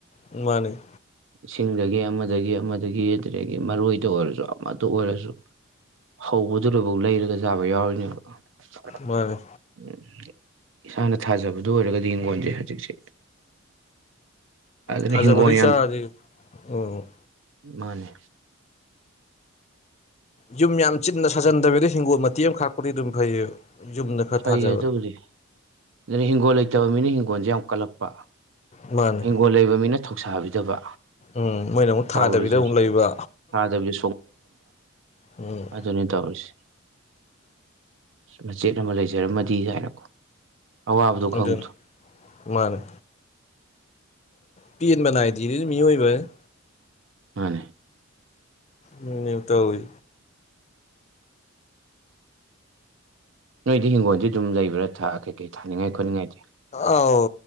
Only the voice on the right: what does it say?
ꯏꯁꯤꯡꯗꯒꯤ ꯑꯃꯗꯒꯤ ꯑꯃꯗꯒꯤ ꯑꯗꯨꯗꯒꯤ ꯃꯔꯣꯏꯗ ꯑꯣꯏꯔꯁꯨ ꯑꯃꯗ ꯑꯣꯏꯔꯁꯨ ꯍꯧꯕꯗꯩ ꯂꯣꯏꯐꯥꯎ ꯂꯩꯔꯒ ꯆꯥꯕ ꯌꯥꯎꯔꯤꯅꯦꯕ ꯎꯝ
ꯏꯁꯥꯅ ꯊꯥꯖꯕꯗꯨ ꯑꯣꯏꯔꯒꯗꯤ ꯍꯡꯒꯣꯟꯁꯦ ꯍꯧꯖꯤꯛꯁꯦ ꯑꯗꯨꯅ
ꯍꯤꯡꯒꯣꯜ ꯌꯥꯝ
ꯃꯥꯅꯦ
ꯐꯩꯌꯦ ꯑꯗꯨꯕꯨꯗꯤ ꯑꯗꯨꯅꯦ ꯍꯤꯡꯒꯣꯜ ꯂꯩꯇꯕ ꯃꯤꯅ ꯍꯤꯡꯒꯣꯜꯁꯦ ꯌꯥꯝ ꯀꯜꯂꯛꯄ
ꯍꯤꯡꯒꯣꯜ ꯂꯩꯕ ꯃꯤꯅ ꯊꯧꯁꯥꯕꯤꯗꯕ
ꯇꯧꯔꯤꯁꯦ
ꯊꯥꯗꯕꯤꯗ
ꯑꯗꯨꯅꯦ ꯇꯧꯔꯤꯁꯦ ꯑ ꯃꯆꯦꯠ ꯑꯃ ꯂꯩꯖꯔꯝꯃꯗꯤ ꯀꯥꯏꯅꯀꯣ ꯑꯋꯥꯕꯗꯣ ꯈꯪꯕꯗꯣ
ꯃꯥꯅꯦ
ꯅꯣꯏꯗꯤ ꯍꯤꯡꯒꯣꯜꯗꯤ ꯑꯗꯨꯝ ꯂꯩꯕ꯭ꯔꯥ ꯊ ꯀꯩꯀꯩ ꯊꯥꯅꯤꯡꯉꯥꯏ ꯈꯣꯠꯅꯤꯡꯉꯥꯏꯗꯤ